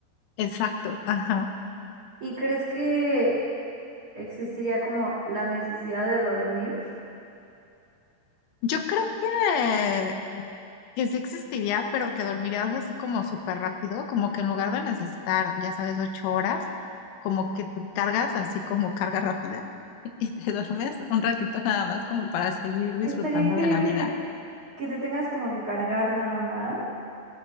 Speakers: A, on the left; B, on the right.
A: Exacto, ajá.
B: ¿Y crees que existiría como la necesidad de dormir?
A: Yo creo que, que sí existiría, pero que dormirías así como súper rápido, como que en lugar de necesitar, ya sabes, ocho horas, como que te cargas así como carga rápida <laughs> y te duermes un ratito nada más como para seguir disfrutando
B: Estaría increíble
A: de la vida.
B: que, que te tengas como que cargar nada más.